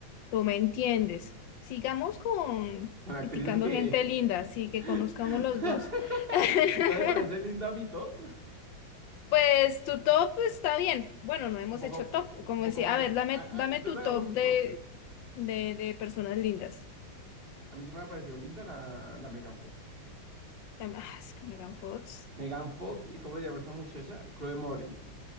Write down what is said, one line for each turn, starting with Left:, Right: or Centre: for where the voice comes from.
Left: tú me entiendes. Sigamos con
Right: una
Left: criticando
Right: actriz que...
Left: gente linda, así que
Right: <laughs>
Left: conozcamos los dos. <laughs>
Right: ¿No le parece linda mi top?
Left: Pues tu top está bien. Bueno, no hemos
Right: Un poco,
Left: hecho top.
Right: u-
Left: Como
Right: un poco
Left: decía,
Right: más...
Left: a ver,
Right: a-
Left: dame,
Right: a-
Left: dame
Right: a- Entonces
Left: tu
Right: hagamos
Left: top
Right: un
Left: de,
Right: top.
Left: de, de personas lindas.
Right: A mí se me ha parecido linda la, la Megan Fox.
Left: Dame, ah, es que Megan Fox.
Right: Megan Fox y ¿cómo se llama esta muchacha? Chloe Moretz.